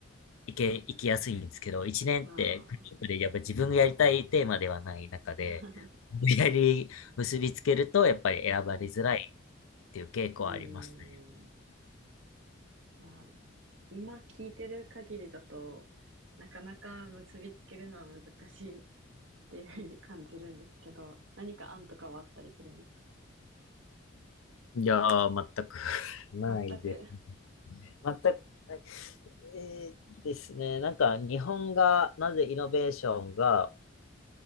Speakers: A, on the left; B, on the right.
A: 行け、行きやすいんですけど、一年ってグループでやっぱ自分がやりたいテーマではない中で、
B: ああ。<laughs>
A: 無理やり結びつけると、やっぱり選ばれづらい
B: はい。
A: っていう傾向はありますね。
B: うーん。いや、今聞いてる限りだと、なかなか結びつけるのは難しいっていうふうに感じるんですけど、何か案とかはあったりするんですか
A: いやー、全く <laughs> ないです。
B: 全く。は
A: 全くない。えーですね。なんか、日本が、なぜイノベーションが、